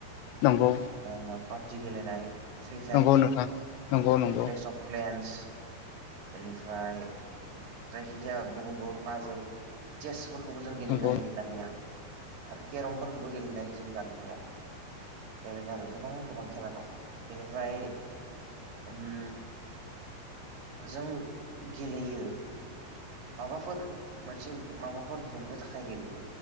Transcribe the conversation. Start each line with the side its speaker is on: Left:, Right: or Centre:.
Left: नंगौ
Right: ओ पाबजि गेलनाय फ्रि फायार
Left: नंगौ नोंथां नंगौ नंगौ
Right: क्लेस अफ क्लेन्स बेनिफ्राय जायखिजाया गुबुन गुबुन पाजोल चेसफोरखौबो जों गेलेनो
Left: नंगौ
Right: हायो दानिया आरो केरमफोरखौबो गेलेनो हायो जों जानबुंङाव। ओरैनो आरो गोबां गोबां खेला दं बेनिफ्राय उम जों गेलेयो माबाफोर मोनसे माबाफोर मोननो थाखाय गेलेयो